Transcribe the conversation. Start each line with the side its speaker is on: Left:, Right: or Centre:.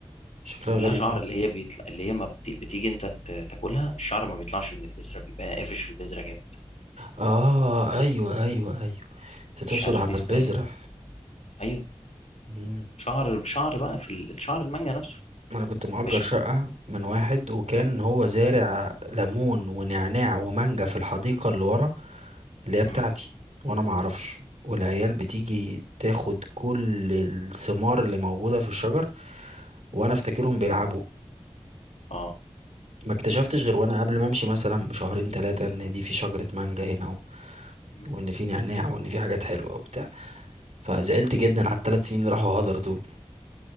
Right: شكلها
Left: كلها
Right: غريب
Left: شعر
Right: أوي.
Left: اللي هي بيطلع اللي هي ما بت... بتيجي انت ت- تاكلها الشعر ما بيطلعش من البذره بيبقى قافش في البذره جامد
Right: آه أيوه أيوه أيوه أنت تقصد
Left: مش عارف
Right: على
Left: دي
Right: البذرة
Left: اسمها ايه ايوه
Right: مم.
Left: شعر شعر بقى في ال- شعر المانجا نفسه
Right: أنا كنت مأجر
Left: مش
Right: شقة من واحد وكان هو زارع ليمون ونعناع ومانجا في الحديقة اللي ورا اللي هي بتاعتي
Left: مم.
Right: وأنا معرفش والعيال بتيجي تاخد كل الثمار اللي موجودة في الشجر وأنا أفتكرهم بيلعبوا
Left: اه
Right: ما اكتشفتش غير وأنا قبل ما أمشي مثلا بشهرين تلاتة إن دي في شجرة مانجا هنا
Left: مم.
Right: وان في نعناع وان في حاجات حلوه وبتاع فزعلت جدا على الثلاث سنين اللي راحوا هدر دول